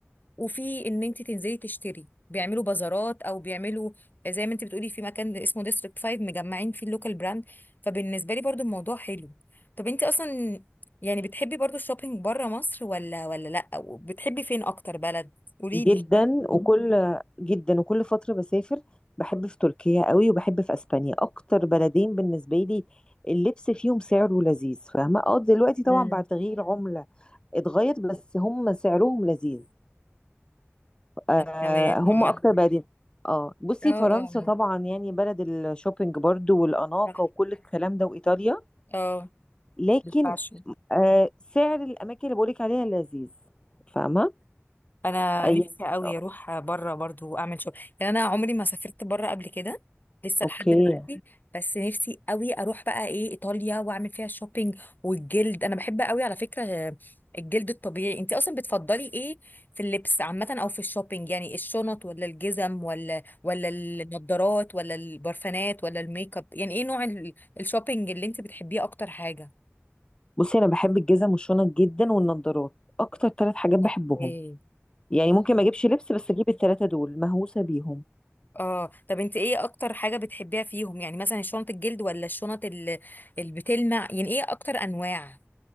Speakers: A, on the left; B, on the left.
A: وفي ان انت تنزلي تشتري بيعملوا بازارات او بيعملوا زي ما انت بتقولي في مكان اسمه ديستريكت 5 مجمعين فيه اللوكال براند فبالنسبه لي برضو الموضوع حلو طب انت اصلا يعني بتحبي برضو الشوبينج بره مصر ولا ولا لا وبتحبي فين اكتر بلد قولي
B: جدا
A: لي كده
B: مم. وكل جدا وكل فترة بسافر بحب في تركيا قوي وبحب في اسبانيا اكتر بلدين بالنسبة لي اللبس فيهم سعره لذيذ فاهمة اه دلوقتي طبعا
A: مم.
B: بعد تغيير عملة اتغير بس هم سعرهم لذيذ آه
A: أنا كمان
B: هم اكتر
A: عامة.
B: بلدين اه بصي
A: اه اه
B: فرنسا
A: آه.
B: طبعا يعني بلد الشوبينج برضو والاناقة
A: صح
B: وكل الكلام ده وايطاليا
A: اه
B: لكن
A: الفاشن
B: آه سعر الاماكن اللي بقولك عليها لذيذ فاهمة
A: انا
B: اي
A: نفسي قوي
B: آه،
A: اروح بره برضو اعمل شغل يعني انا عمري ما سافرت بره قبل كده لسه
B: اوكي
A: لحد دلوقتي بس نفسي قوي اروح بقى ايه ايطاليا واعمل فيها شوبينج والجلد انا بحب قوي على فكرة آه، الجلد الطبيعي انت اصلا بتفضلي ايه في اللبس عامة او في الشوبينج يعني الشنط ولا الجزم ولا ولا النضارات ولا البرفانات ولا الميك اب يعني ايه نوع ال- الشوبينج اللي انت بتحبيه اكتر حاجة
B: بصي انا بحب الجزم والشنط جدا والنضارات اكتر ثلاث حاجات بحبهم
A: اوكي
B: يعني ممكن ما اجيبش لبس بس اجيب الثلاثه دول مهووسه بيهم
A: اه طب انت ايه اكتر حاجة بتحبيها فيهم يعني مثلا شنط الجلد ولا الشنط اللي بتلمع يعني ايه اكتر انواع